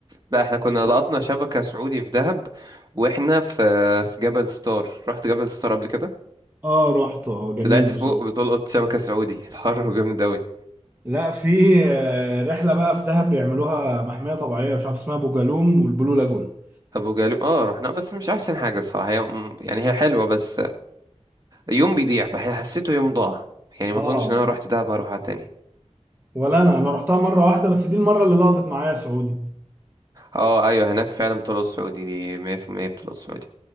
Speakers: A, on the right; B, on the right.
A: لا احنا كنا لقطنا شبكه سعودي في دهب واحنا في في جبل ستار رحت جبل ستار قبل كده
B: اه رحت اه جميل
A: طلعت
B: بصراحة
A: فوق بتلقط شبكه سعودي <laughs> الحر جامد قوي
B: لا في آه، رحله بقى في دهب بيعملوها محميه طبيعيه مش عارف اسمها ابو جالوم والبلو لاجون
A: ابو جالو اه رحنا بس مش احسن حاجه الصراحه هي مم، يعني هي حلوه بس يوم بيضيع بح- حسيته يوم ضاع يعني ما
B: اه
A: اظنش ان انا رحت دهب هروحها تاني
B: ولا انا انا رحتها مره واحده بس دي المره اللي لقطت معايا سعودي
A: اه ايوه هناك فعلا بتلقط سعودي دي 100% بتلقط سعودي